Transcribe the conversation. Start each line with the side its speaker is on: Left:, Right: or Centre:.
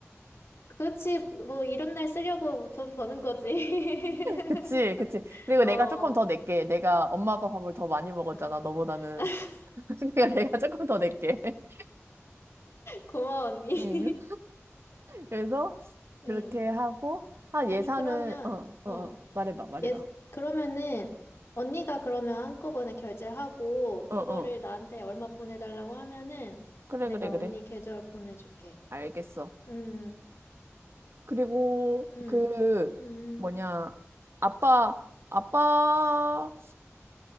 Left: 그렇지, 뭐, 이런 날 쓰려고 돈 버는 거지. <laughs>
Right: 그치, 그치. 그리고
Left: 어,
Right: 내가 조금 더 낼게. 내가 엄마 아빠 밥을 더 많이 먹었잖아,
Left: 아,
Right: 너보다는.
Left: <laughs>
Right: <laughs> 그러니까 내가 조금 더 낼게. <laughs>
Left: 고마워, 언니. <laughs>
Right: 음. 그래서
Left: 응.
Right: 그렇게 하고, 한
Left: 아니,
Right: 예산은,
Left: 그러면,
Right: 어, 어,
Left: 어,
Right: 어. 말해봐, 말해봐.
Left: 예, 그러면은, 언니가 그러면 한꺼번에 결제를 하고,
Right: 어,
Left: 그거를
Right: 어.
Left: 나한테 얼마 보내달라고 하면은,
Right: 그래,
Left: 내가
Right: 그래, 그래.
Left: 언니 계좌로 보내줄게.
Right: 알겠어.
Left: 응,
Right: 그리고
Left: 응,
Right: 그,
Left: 응,
Right: 뭐냐, 아빠, 아빠,